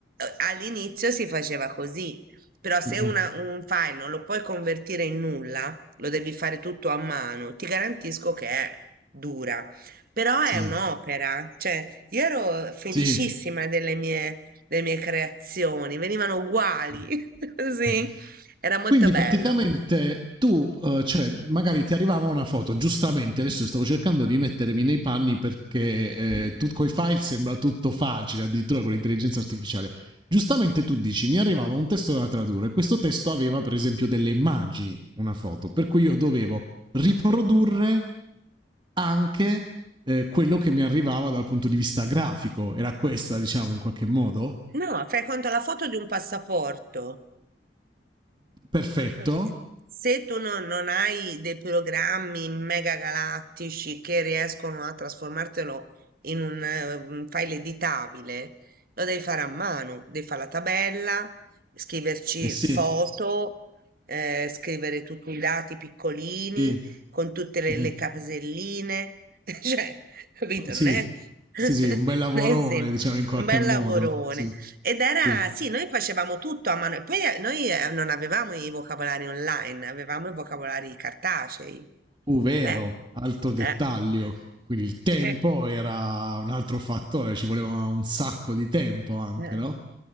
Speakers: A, on the right; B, on the right.
A: all'inizio si faceva così, però se
B: Mh-mh.
A: una- un file non lo puoi convertire in nulla, lo devi fare tutto a mano, ti garantisco che è dura. Però
B: Sì,
A: è un'opera, cioè io ero felicissima
B: sì.
A: delle mie, delle mie creazioni, venivano uguali,
B: Eh.
A: <laughs> sì,
B: Eh.
A: era molto
B: Quindi
A: bello.
B: praticamente tu, eh, cioè, magari ti arrivava una foto, giustamente, adesso stavo cercando di mettermi nei panni perché eh, tu coi file sembra tutto facile, addirittura con l'intelligenza artificiale. Giustamente tu dici, mi arrivava un testo da tradurre, questo testo aveva per esempio delle immagini, una foto, per cui io dovevo riprodurre anche eh, quello che mi arrivava dal punto di vista grafico. Era questa, diciamo, in qualche modo?
A: No, fai conto la foto di un passaporto,
B: Perfetto,
A: Eh, Se tu non, non hai dei programmi mega galattici che riescono a trasformartelo in un, eh, un file editabile, lo devi fare a mano, devi fare la tabella, scriverci
B: Eh sì,
A: foto, eh, scrivere tutti i dati piccolini
B: sì.
A: con tutte le,
B: Mh-mh.
A: le caselline, <laughs> cioè, capito?
B: Sì,
A: Non è, <laughs>
B: sì,
A: non
B: sì, un bel lavorone
A: è semplice.
B: diciamo in qualche
A: Un bel
B: modo.
A: lavorone.
B: Sì,
A: Ed era,
B: sì.
A: sì, noi facevamo tutto a mano. E poi eh, noi eh, non avevamo i vocabolari online, avevamo i vocabolari cartacei.
B: Uh, vero,
A: Beh,
B: alto dettaglio.
A: eh,
B: Quindi il tempo
A: <laughs> eh,
B: era un altro fattore, ci voleva un sacco di tempo anche,
A: eh.
B: no?